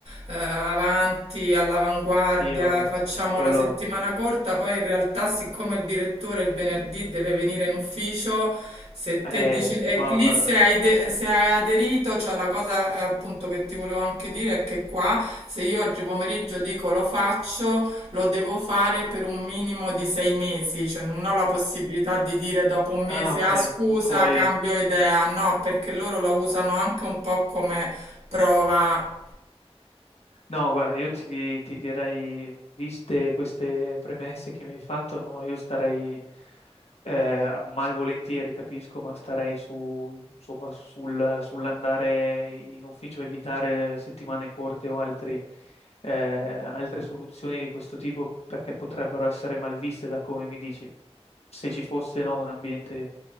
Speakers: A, on the right; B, on the left.
A: eh, avanti, all'avanguardia,
B: Sì, vabbè,
A: facciamo
B: quello...
A: la settimana corta, poi in realtà siccome il direttore il venerdì deve venire in ufficio, se
B: Eh,
A: te dici, e
B: qua,
A: lì
B: guarda.
A: se hai, de-
B: Mm.
A: se hai aderito, cioè la cosa eh, appunto che ti volevo anche dire è che qua se io oggi pomeriggio dico lo faccio, lo devo fare per un minimo di sei mesi, cioè non ho la possibilità di dire dopo un mese,
B: Ah, ok,
A: ah scusa,
B: non puoi...
A: cambio idea,
B: Mhm.
A: no, perché loro lo usano anche un po' come prova
B: No, guarda, io ti, di- ti direi, viste queste premesse che mi hai fatto, no, io starei eh, malvolentieri, capisco, ma starei su, insomma, sul- sull'andare in ufficio, evitare settimane corte o altri, eh, altre soluzioni di questo tipo perché potrebbero essere malviste da come mi dici se ci fosse, no, un ambiente